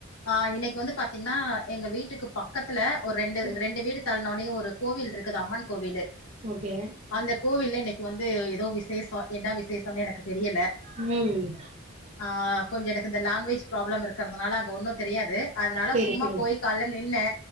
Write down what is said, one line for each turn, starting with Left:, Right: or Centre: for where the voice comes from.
Left: ஆ இன்னைக்கு வந்து பாத்திங்னா எங்க வீட்டுக்கு பக்கத்துல ஒரு ரெண்டு
Right: ம்
Left: ரெண்டு வீடுத் தல்நோனே ஒரு கோவில்ருக்குது அம்மன் கோவிலு
Right: ஓகே
Left: அந்த கோவில்ல இன்னைக்கு வந்து எதோ விசேசோ என்ன விசேசோன்னு எனக்கு தெரியல
Right: ம்
Left: ஆ கொஞ்ச எனக்கு இந்த லாங்குவேஜ் ப்ராப்ளம் இருக்கிறதுனால அங்க ஒன்னு தெரியாது அதனால
Right: சேரி
Left: சும்மா
Right: சேரி
Left: போய் கால்ல நின்ன